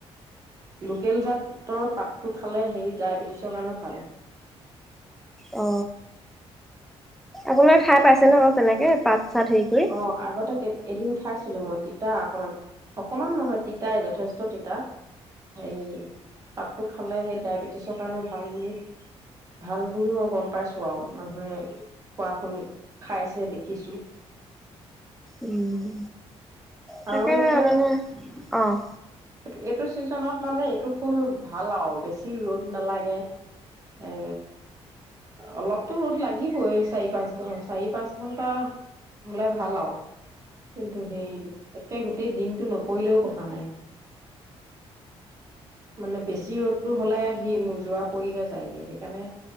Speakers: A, on the right (about 30°); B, in the centre.
A: লোকেল জাতৰ পাতটো খালে হে ডায়বেটিছ। <unintelligible> কাৰণে ভাল।
B: অ। আপোনাৰ খাই পাইছে ন বাৰু তেনেকে পাত। চাত হেৰি কৰি
A: অ' আগতে এদিন খাইছিলো মই। তিতা অকমান অকমান নহয় তিতাই যথেষ্ট তিতা সেই পাতটো খালে সেই ডায়েবেটিছৰ কাৰণে ভাল বুলি ভাল বুলি মই গম পাইছো আৰু মানুহে খোৱা শুনি খাইছে দেখিছো।
B: উম। তাকে
A: আৰু এতিয়া
B: মানে অ'।
A: এইটো এইটো ছিজনত মানে এইটো ফুল ভাল আৰু বেছি ৰ'দ নালাগে এ। অলপতো ৰ'দ লাগিবই চাৰি পাঁচ ঘ চাৰি পাঁচ ঘন্টা হলে ভাল আৰু। কিন্তু সেই একে গোটেই দিন নপৰিৰেও কথা নাই। মানে বেছি ৰ'দটো হ'লে আহি মোযোৱা কৰিহে যায়গে সেইকাৰণে।